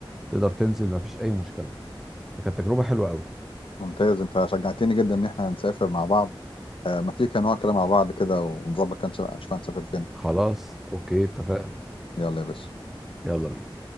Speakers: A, in the centre; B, on the left.
A: تقدر تنزل مفيش أي مشكلة فكانت تجربة حلوة قوي
B: ممتاز أنت شجعتني جدا إن إحنا نسافر مع بعض آه، ما تيجي كده نقعد كده مع بعض كده ونظبط كده نشوف هنسافر فين
A: خلاص اوكي اتفقنا
B: يلا يا باشا
A: يلا بينا